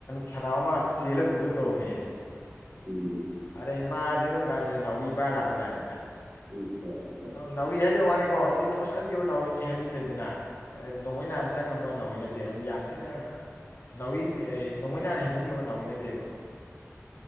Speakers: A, on the left; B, on the right.
A: ꯁꯅꯥꯎ ꯑꯃ ꯆꯦꯜꯂ ꯄꯨꯊ ꯇꯧꯔꯝꯃꯤꯌꯦ
B: ꯎꯝ
A: ꯑꯗꯩ ꯃꯥꯁꯦ ꯑꯗꯨꯝ ꯀꯥꯟꯁꯤꯗ ꯅꯥꯎꯔꯤ ꯅꯥꯢꯔ ꯂꯥꯛꯄꯖꯥꯏꯅꯤꯗ
B: ꯑꯆꯥ ꯑꯆꯥ
A: ꯅꯥꯎꯔꯤ ꯍꯥꯏꯖ ꯋꯥꯅꯤ ꯀꯣ ꯑꯩꯗꯤ ꯐꯣꯁ ꯀꯟꯈ꯭ꯔꯕ ꯅꯥꯎꯔꯤꯅꯤ ꯍꯥꯏꯗꯤ ꯂꯩꯗꯅ ꯑꯦ ꯅꯣꯡꯃꯩ ꯅꯍꯥꯟ ꯆꯪ ꯉꯝꯕꯋꯥꯟ ꯅꯧꯔꯤ ꯅꯠ ꯇ‌ꯦꯍꯔꯤꯌꯥ ꯌꯥꯝ ꯊꯤꯅ ꯅꯥꯎꯔꯤꯑ‌ꯦ ꯅꯣꯡꯃꯩꯩꯅ ꯍꯦꯟꯖꯤ ꯉꯝꯕ ꯅꯥꯎꯔꯤ ꯅꯠꯇꯦꯕ